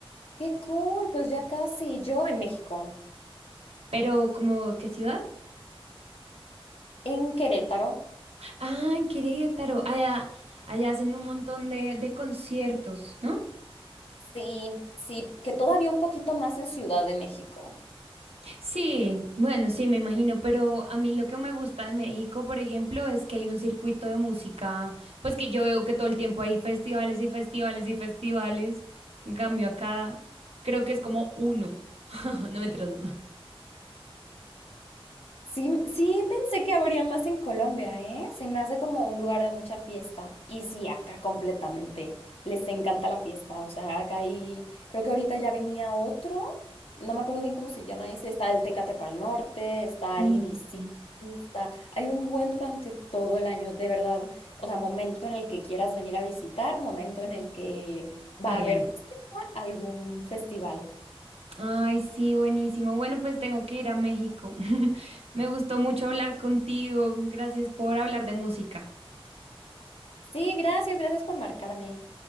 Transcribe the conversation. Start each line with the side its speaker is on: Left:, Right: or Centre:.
Left: Qué cool, pues ya casi. Yo en México,
Right: Pero como, ¿qué ciudad?
Left: en Querétaro.
Right: Ah, en Querétaro. Allá, allá hacen un montón de, de conciertos, ¿no?
Left: Sí, sí, que todavía un poquito más en Ciudad de México.
Right: Sí, bueno, sí, me imagino, pero a mí lo que me gusta de México, por ejemplo, es que hay un circuito de música, pues que yo veo que todo el tiempo hay festivales y festivales y festivales. En cambio, acá creo que es como uno. <laughs> No, mentiras, no.
Left: Sí, sí pensé que habría más en Colombia, ¿eh? Se me hace como un lugar de mucha fiesta. Y sí, acá completamente. Les encanta la fiesta. O sea, acá hay, creo que ahorita ya venía otro. No me acuerdo bien cómo se llama ese. Está el Tecate Pal Norte, está
Right: Ujú.
Left: el IDC, está. Hay un buen durante todo el año, de verdad. O sea, momento en el que quieras venir a visitar, momento en el que va
Right: Hay
Left: a haber
Right: algo.
Left: algún festival.
Right: Ay, sí, buenísimo. Bueno, pues tengo que ir a México. <laughs> Me gustó mucho hablar contigo. Gracias por hablar de música.
Left: Sí, gracias, gracias por marcarme.